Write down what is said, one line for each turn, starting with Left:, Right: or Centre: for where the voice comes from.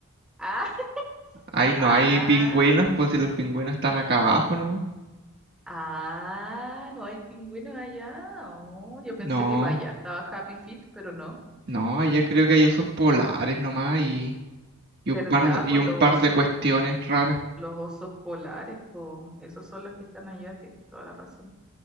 Centre: ah,
Right: Ahí no
Centre: ah,
Right: hay pingüinos, pues si los pingüinos están acá abajo nomás.
Centre: ah, no hay pingüinos allá. Oh, yo pensé
Right: No,
Centre: que para allá estaba Happy Feet, pero no.
Right: no, allá creo que hay osos polares nomás y, y
Centre: ¿Verdad?
Right: un par de,
Centre: Por
Right: y un
Centre: los
Right: par
Centre: osos,
Right: de cuestiones raras.
Centre: los osos polares, po. Esos son los que están allá, tienes toda la razón.